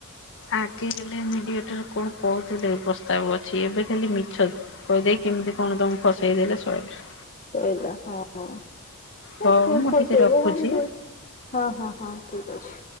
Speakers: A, on the left; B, on the left.
A: ଆଗେ <unintelligible> ଜୁଲାଇ ମିଡିଆଟର କଣ୍ କହୁଥିଲେ ପ୍ରସ୍ତାବ ଅଛି ଏବେ ଖାଲି ମିଛ। କଇଦେଇ କେମିତି କଣ ତମକୁ ଫସେଇଦେଲେ ଶଈଲା।
B: ସଇଟା ହଁ ହଁ
A: ହଉ
B: ନା ପ
A: ମୁଁ
B: ଫସେଇବ
A: ଟିକେ ରଖୁଛି।
B: କଣ ଯଉ। ହଁ ହଁ ହଁ ଠିକ୍ ଅଛି।